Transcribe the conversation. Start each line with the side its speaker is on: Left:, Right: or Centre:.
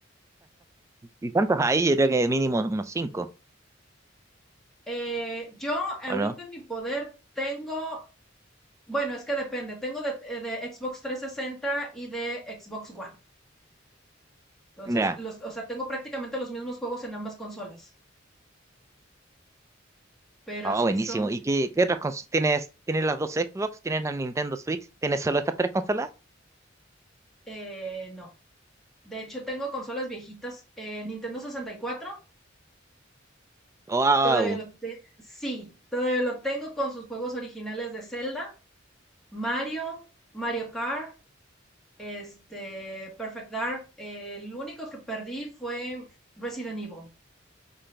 Right: ¿Y cuántos hay? Yo creo que mínimo unos cinco,
Centre: Eh, yo ahorita
Right: ¿o no?
Centre: en mi poder tengo, bueno, es que depende, tengo de, eh, de Xbox 360 y de Xbox One. Entonces,
Right: Ya.
Centre: los, o sea, tengo prácticamente los mismos juegos en ambas consolas, pero
Right: Ah,
Centre: sí
Right: buenísimo.
Centre: son,
Right: ¿Y qué, qué otras consolas tienes? ¿Tienes las dos Xbox? ¿Tienes la Nintendo Switch? ¿Tienes solo estas tres consolas?
Centre: eh, no. De hecho, tengo consolas viejitas, eh, Nintendo 64,
Right: ¡Wow!
Centre: todavía lo tengo, sí, todavía lo tengo con sus juegos originales de Zelda, Mario, Mario Kart, este, Perfect Dark. eh, el único que perdí fue Resident Evil.